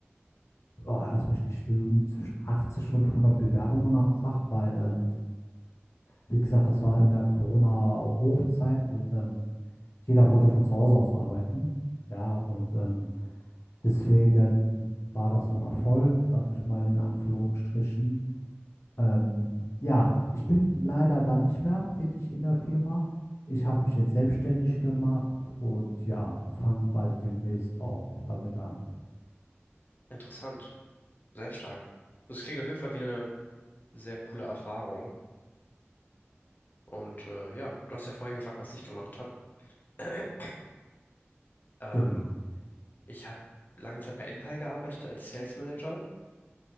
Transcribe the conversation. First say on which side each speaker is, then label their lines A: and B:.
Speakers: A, on the left; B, on the left.
A: oh, lass mich nicht lügen, zwischen 80 und 100 Bewerbungen am Tag, weil, ähm, wie gesagt, das war in der Corona-Hochzeit und ähm, jeder wollte von zu Hause aus arbeiten. Ja, und ähm, Deswegen war das so ein Erfolg, sag ich mal in Anführungsstrichen. Ähm, ja, ich bin leider da nicht mehr tätig in der Firma. Ich habe mich jetzt selbstständig gemacht und ja, fange bald demnächst auch damit an.
B: Interessant. Sehr stark. Das klingt auf jeden Fall wie eine sehr coole Erfahrung. Und äh, ja, du hast ja vorhin gefragt, was ich gemacht habe. <clears throat> Ähm,
A: Genau.
B: ich habe lange Zeit bei Enpal gearbeitet als Sales Manager